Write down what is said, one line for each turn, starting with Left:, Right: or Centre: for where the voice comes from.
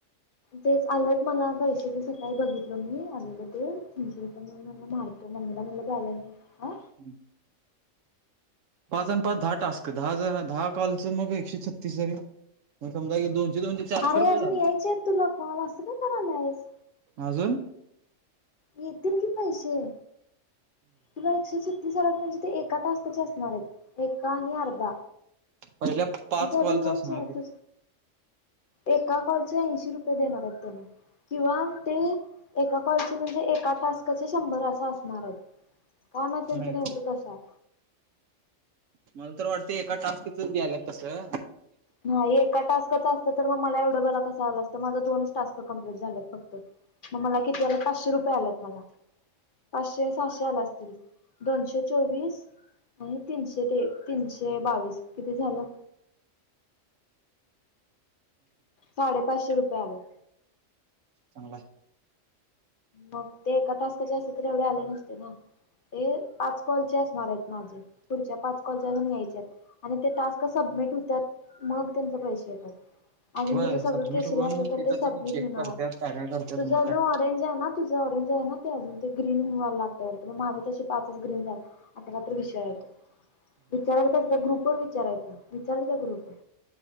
Left: तेच. आलंत मला पैशे. ते सकाळी बघितलो मी आलेलं ते. <unintelligible> पण म्हणलं मारतो मम्मीला म्हणलं बॅलन्स हा
Right: हम्म. पाच अन पाच दहा टास्क दहा जन दहा कॉलच मग एकशे छत्तीस हे. समजा दोनशे- दोनशे हे चारशे
Left: अरे
Right: रुपये
Left: अजून
Right: झाले.
Left: यायचे आहेत तुला कॉल असं का करायलायस
Right: अजून?
Left: येतील कि पैशे. तुला एकशे छत्तीस आलात म्हणजे ते एका टास्कंचे असणार आहेत. एका आणि अर्धा
Right: पहिल्या पाच
Left: मग ती अजून
Right: कॉलच
Left: यायचे
Right: असणार ते
Left: तू एका कॉल च ऐंशी रुपये देणार आहे त्यांनी किंवा ते एका कॉलच म्हणजे एकाच टास्काचे शंभर असं असणार आहेत. काय माहित नेमकं
Right: माहिती
Left: त्यांचं कसा आहे.
Right: मला तर वाटते एकाच टास्कच द्यायला तसं
Left: नाही मग एका टास्कचं असतं तर मला कसं एवढंबाला आलं असतं. माझं दोनच टास्क कंप्लीट झालेत फक्त. मग मला किती आलं? पाचशे रुपये आलेत मला. पाचशे सहाशे झाल असतील, दोनशे चोवीस आणि तीनशे ते- तीनशे बावीस. किती झालं? साडे पाचशे रुपये आलेत.
Right: चांगलंय.
Left: मग ते एका टास्कंचे असते, तर एवढे आले नसते ना. हे पाच कॉलचे असणार आहेत. माझे पुढच्या पाच कॉलचे अजून यायच्यात आणि ते टास्क सबमिट हुत्यात मग तेचं पैशे येत्यात. अजून
Right: होय
Left: तुज सगळं
Right: सबमिट
Left: केशरी
Right: होऊन
Left: असलं तर
Right: तिथं
Left: ते सबमिट
Right: तिने चेक
Left: हुणार,
Right: करत्यात काय काय करत्यात
Left: तुज
Right: मग
Left: आजुन
Right: काय
Left: ऑरेंज हाय ना तुज ऑरेंज हाय ना ते ग्रीन व्हायला लागतय माज तशे पाचच ग्रीन झाल असं काय तर विषय आहे तो. विचारायला पाहिजे त्या ग्रुपवर विचारायच विचार की त्या ग्रुपवर.